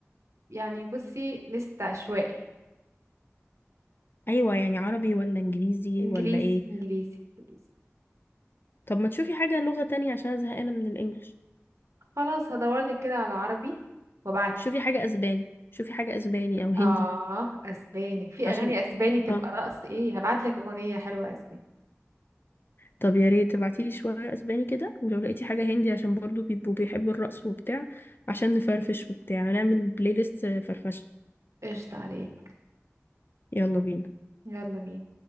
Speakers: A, on the right (about 80°); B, on the left (about 45°).
A: يعني بصي لست عشوائي
B: ايوه يعني عربي ولا انجليزي
A: إنجليزي
B: ولا ايه
A: إنجليزي إنجليزي
B: طب ما تشوفي حاجة لغة تانية عشان أنا زهقانة من الانجليش
A: خلاص هدورلك كده على عربي وابعتلك
B: شوفي حاجة اسباني شوفي حاجة اسباني او هندي
A: آه أسباني في
B: عشان
A: أغاني أسباني تبقى
B: اه
A: رقص إيه هبعتلك أغنية حلوة أسباني
B: طب يا ريت تبعتيلي شوية اسباني كده ولو لقيتي حاجة هندي عشان برضو بيبقوا بيحبوا الرقص وبتاع عشان نفرفش وبتاع ونعمل بلاي ليست فرفشة
A: قشطة عليك
B: يلا بينا
A: يلا بينا